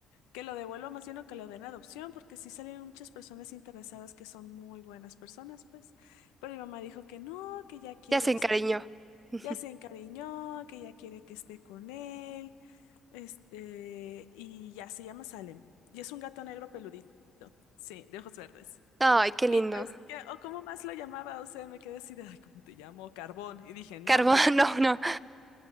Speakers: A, on the left; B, on the right.
A: Que lo devuelva más bien o que lo den a adopción, porque sí salieron muchas personas interesadas que son muy buenas personas, pues. Pero mi mamá dijo que no, que ya quiere,
B: Ya se
A: este-
B: encariñó. <laughs> Ujú.
A: ya se encariñó, que ya quiere que esté con él, este, y ya se llama Salem. Y es un gato negro peludito, sí, de ojos verdes.
B: Ay, qué
A: Y
B: lindo.
A: pues, que, o cómo más lo llamaba, o sea, me quedé así de, ay, ¿cómo te llamo? Carbón. Y dije, no,
B: Carbón,
A: no, no.
B: <laughs> no, no.